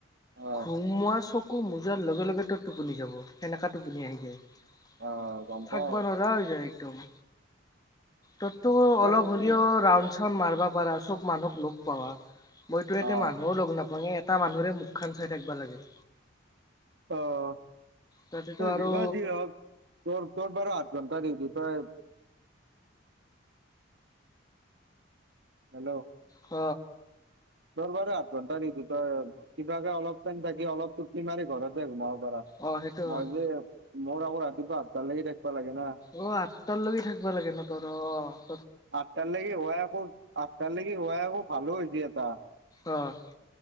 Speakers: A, on the right; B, on the left.
A: অ
B: ঘুমোৱা চকু মোজাৰ লগে লগে তই টোপনি যাব সেনেকা টোপনি আহি যায়
A: অ গম
B: থাকবা
A: পাও
B: নোৱাৰা হৈ যায় একদম তইতো
A: উপায়
B: অলপ হ'লেও
A: নাই
B: ৰাউড চাউড মাৰিবা পাৰা চব মানুহক পাৱা মইতো এতিয়া
A: অ
B: মানুহো লগ নাপায়ে এটা মানুহৰে মুখ খান চাই থাকিব লাগে
A: অ
B: তাতেতো আৰু
A: যিমান যিহক তোৰ তোৰ বাৰু আঠ ঘণ্টা ডিউটি তই হেল্ল'
B: ক
A: তোৰবাৰু আঠ ঘণ্টা ডিউটি তই কিবাকে অলপ টাইম থাকি অলপ তুপি মাৰি ঘৰতে ঘোমাব পাৰা
B: অ সেইটো হয়।
A: মই যে মোৰ আকৌ ৰাতিপুৱা আঠতালৈকে থাকিবা লাগে না
B: অ আঠটা লৈকে থাকিব লাগে ন তহতৰ
A: আঠটালৈকে হৈ আকৌ আঠটা লৈকে হোৱাই আকৌ ভালো হৈছে এটা
B: অ